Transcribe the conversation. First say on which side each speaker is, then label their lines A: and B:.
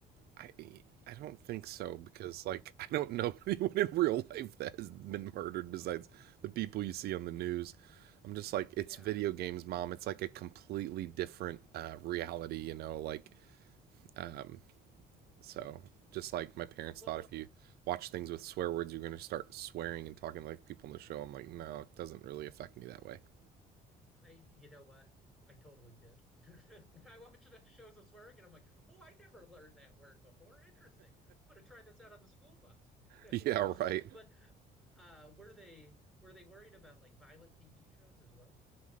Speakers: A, on the right; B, in the centre.
A: I I don't think so because like <laughs> I don't know <laughs> anyone in real life that has been murdered besides the people you see on the news. I'm just like, it's
B: <laughs> Yeah.
A: video games, mom. It's like a completely different uh, reality, you know, like um, So just like my parents
B: Well,
A: thought, if you watch things with swear words, you're going to start swearing and talking like people on the show. I'm like, no, it doesn't really affect me that way. <laughs>
B: I, you know what? I totally did. <laughs> I watched enough shows of swearing and I'm like, oh, I never learned that word before. Interesting. I'm going to try this out on the school bus. <laughs> but
A: Yeah, right.
B: uh, were they were they worried about like violent TV shows as well?